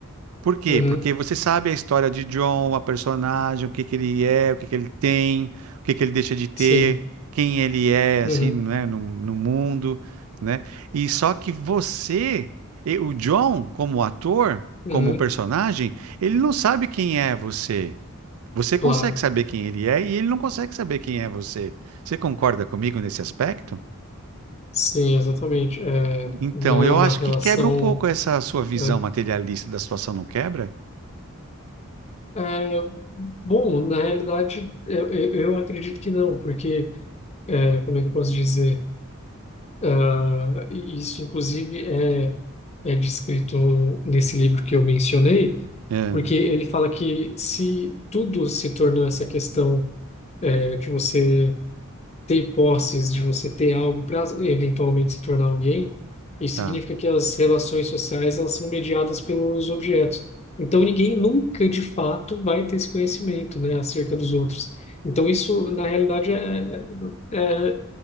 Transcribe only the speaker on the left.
uhum,
sim,
uhum,
uhum,
claro.
Sim, exatamente. É,
não
é uma
relação.
É,
é, bom, na realidade, eu, eu eu acredito que não, porque, é, como é que eu posso dizer? Ah, isso, inclusive, é, é descrito nesse livro que eu mencionei,
porque ele fala que se tudo se tornou essa questão, é, que você. ter posses, de você ter algo para eventualmente se tornar alguém, isso
significa que as relações sociais elas são mediadas pelos objetos. Então ninguém nunca de fato vai ter esse conhecimento, né, acerca dos outros. Então isso na realidade é, é, é